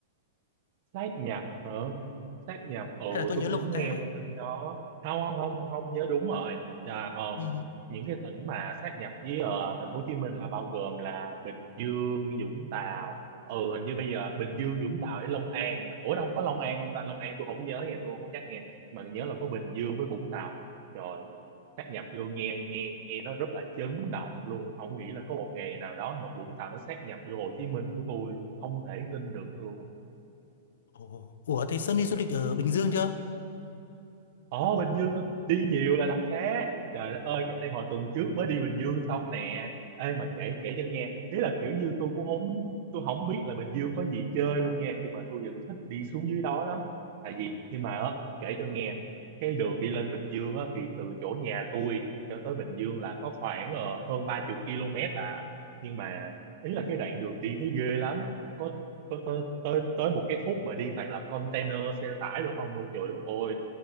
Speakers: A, on the right; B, on the left.
A: sát nhập hả sát nhập ừ
B: hay là tôi
A: tôi
B: nhớ
A: cũng
B: lộn ta
A: nghe qua tin đó không không không không nhớ đúng rồi là ờm,
B: ừ.
A: những cái tỉnh mà sát nhập với ờ, thành phố Hồ Chí Minh là bao gồm là Bình Dương Vũng Tàu ừ hình như bây giờ Bình Dương Vũng Tàu với Long An ủa đâu có Long An không ta Long An tôi không nhớ nha tôi không có chắc nghe mà nhớ là có Bình Dương với Vũng Tàu rồi sát nhập vô nghe nghe nghe nó rất là chấn động luôn không nghĩ là có một ngày nào đó mà Vũng Tàu nó sát nhập vô Hồ Chí Minh của tôi luôn không thể tin được luôn
B: Ủa Ủa, thì Sơn đi du lịch ở Bình Dương chưa
A: Ồ Bình Dương hả? Đi nhiều là đằng khác. Trời đất ơi, cái đây hồi tuần trước mới đi Bình Dương xong nè. Ê mà kể kể cho nghe, ý là kiểu như tôi cũng không tôi không biết là Bình Dương có gì chơi luôn nha, nhưng mà tôi vẫn thích đi xuống dưới đó lắm. Tại vì nhưng mà á, kể cho nghe, cái đường đi lên Bình Dương á thì từ chỗ nhà tôi cho tới Bình Dương là có khoảng ờ, hơn ba chục km à. Nhưng mà ý là cái đoạn đường đi thấy ghê lắm. Có có tới tới tới một cái khúc mà đi toàn là container xe tải rồi không ôi trời đất ơi